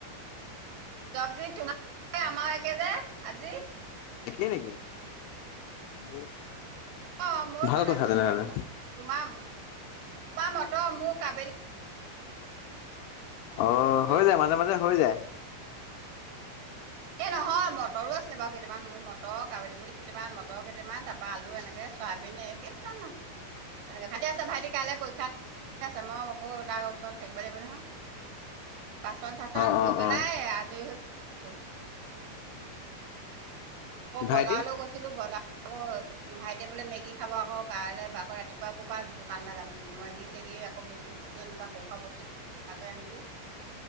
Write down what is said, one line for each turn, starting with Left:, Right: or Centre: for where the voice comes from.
Right: চব্জি তোমাৰো আমাৰো একেই যে আজি
Left: একেই নেকি অ
Right: অ মইয়ো
Left: ভাল
Right: বনাইছো
Left: কথা তেনেহ'লে।
Right: মই মোৰ তোমাৰ তোমাৰ মটৰ মোৰ কাবেলি
Left: আহ
Right: মটৰ
Left: হৈ যায় মাজে মাজে হৈ যায়
Right: এ নহয় মটৰো আছিলে বাৰু কেইটামান, মোৰ মটৰ, কাবোলিবুট কেইটামান মটৰ কেইটামান তাৰ পা আলু এনেকে চয়াবিন একেই জানো এনেকে ভাইটি আছা ভাইটি কাইলে পৰীক্ষা ক্ষা আছে মই আকৌ তাৰ ওচৰত থাকিব লাগিব নহয় বাচন চাচন
Left: অ',
Right: ধুই
Left: অ',
Right: পেলাই
Left: অ',
Right: আজৰি হৈ পৰিছো আকৌ
Left: ভাইটি
Right: বজাৰলো গৈছিলো বজাৰ আকৌ ভাইটিয়ে বোলে মেগী খাব, আকৌ কাইলৈ আকৌ ৰাতিপুৱা ক'পা দোকানলে যাম মেগী চে এদেগি বিস্কুট চিচকুট এনেকুৱা সৰু সোৱা বস্তু আনিলো